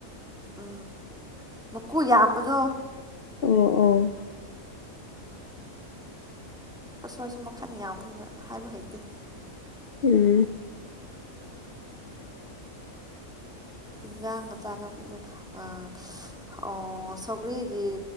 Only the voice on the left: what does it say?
ꯑꯣ ꯑꯣ
ꯎꯝ